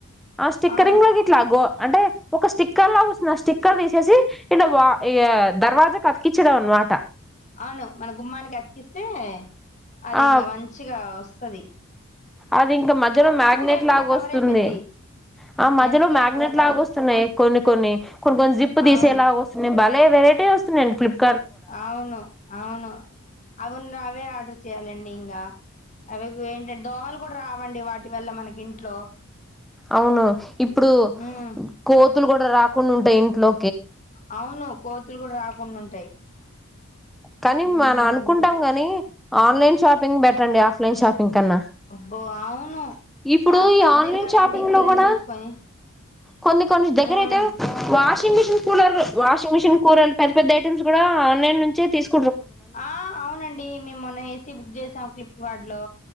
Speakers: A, in the centre; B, on the left.
A: ఆ స్టిక్కరింగ్
B: అవును
A: లాగా ఇట్లాగ అంటే ఒక స్టిక్కర్ లాగా వస్తుంది ఆ స్టిక్క స్టిక్కర్ తీసేసి ఇ దర్వాజా అతికించడంం అనమాట
B: అవును మన గుమ్మానికి అతికిస్తే అది
A: ఆ
B: ఇంకా మంచిగా వస్ స్తది
A: అది ఇంక మధ్యలో మ్యాగ్నెట్
B: లేకుండా
A: లాగ
B: కవర్
A: వస్తుంది.
B: అయిపోద్ది
A: ఆ మధ్యలో
B: మెస్ లేకుండా
A: మ్యాగ్నెట్
B: కవర్
A: లాగ వస్తున్నాయి కొన్ని కొన్ని. కొన్ని కొన్ని జిప్పు తీసేలాగా
B: అవును
A: వస్తున్నాయి బల్ వెరటీ వన్నాయండి ఫ్ప్
B: అవును అవును అవును అవే ఆర్డర్ చేయాలం ఇంకా అవి ఏంటంటే దోమలు కూడా రావండి వాటి వల్ల మనకి ఇంట్లో
A: అవును ఇప్పుడు
B: ఉమ్
A: కో పురుగులు కూడా రాకుండా ఉంటాయి ఇంట్లో
B: అవును కోతులు కూడా ర కొన్ని ఉంటాయి
A: కానీ
B: ఉమ్
A: మనం అనుకుంటాం గాని ఆన్లైన్ షపింగ్ బెటర్ండి ఆఫలైన్ షప్ ఇంకన్నా
B: ఓ అవును
A: ఇప్పుడు
B: షాప్ షాప్
A: ఈ ఆన్లైన్
B: తిరగాలండి
A: షాపింగ్
B: పిల్లల్ని
A: లో కూడా
B: తీసుకొని
A: కొన్ని కొన్ని దగ్గర
B: ఉమ్.
A: అయితే Wash washing machine cooler washing machine cooler పెద్ద పెద్ద ఐటమ్స్ కూడా ఆన్లైన్ నుంచే తీసు
B: ఆ అవునండి మేమ్ మొన్న ఏసీ బుక్ చేసాం ఫ్లిప్ కార్ట్లో